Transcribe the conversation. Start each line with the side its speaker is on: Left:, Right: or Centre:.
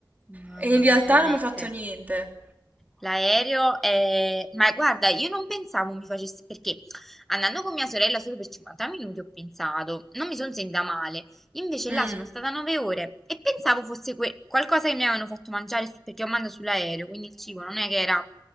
Centre: Mamma
Right: E in
Centre: mia,
Right: realtà
Centre: veramente.
Right: non mi ha fatto niente.
Centre: L'aereo è... Ma guarda, io non pensavo mi facesse... Perché andando con mia sorella solo per 50 minuti ho pensato, non mi sono sentita male. Invece
Right: Mm,
Centre: là sono stata 9 ore e pensavo fosse que- qualcosa che mi avevano fatto mangiare su- perché ho mangiato sull'aereo, quindi il cibo non è che era